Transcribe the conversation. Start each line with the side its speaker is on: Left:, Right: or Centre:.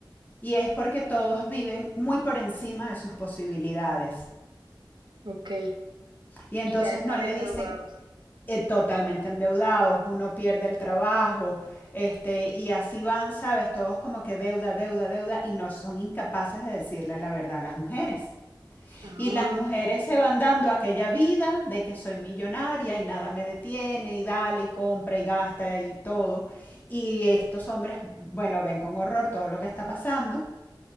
Left: Y es porque todos viven muy por encima de sus posibilidades.
Right: ok.
Left: Y entonces
Right: Y ya están
Left: no le
Right: endeudados.
Left: dicen eh, totalmente endeudados, uno pierde el trabajo, este, y así van, sabes, todos como que deuda, deuda, deuda, y no son incapaces de decirle la verdad a las mujeres.
Right: Ah,
Left: Y las mujeres
Right: sí.
Left: se van dando aquella vida de que soy millonaria y nada me detiene y dale y compra y gasta y todo. Y estos hombres, bueno, ven con horror todo lo que está pasando